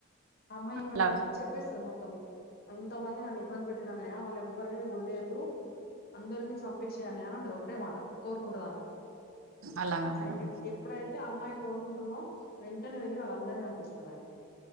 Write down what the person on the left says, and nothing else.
అమ్మాయి ఏమంటాది
అంటే చెప్పేస్తాది మొత్తం అంతమంది నన్ను ఇబ్బంది పెట్టిండ్రు అన్నయ్య వాళ్ళు ఎవ్వరినా వదిలేయద్దు అందరినీ చంపేసేయ్ అన్నయ్య అని అంటది ఒకటే మాట కోరుకుంటది ఆమె
అని
ఎ ఎప్పుడైతే అమ్మాయి కోరుకుంటదో వెంటనే వెళ్ళి వాళ్ళందరినీ చంపేస్తారు ఆయన